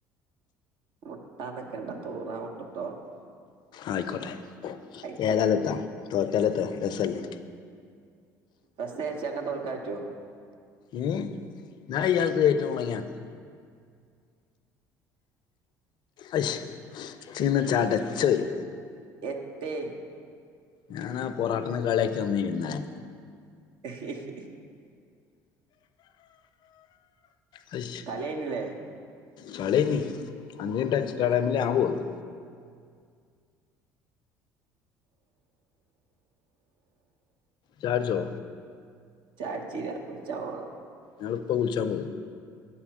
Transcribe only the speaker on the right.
മുട്ടാനിക്കണ്ട തൂറാൻ മുട്ടുട്ടോ
ആയിക്കോട്ടെ
ബസ്ച്ചങ് തോൽക്കാറ്റോ
എത്തെ
ഹി ഹി ഹി
കളി കഴിഞ്ഞില്ലേ
ചായടിച്ചീല്ല. കുട്ച്ചാൻ പോണം.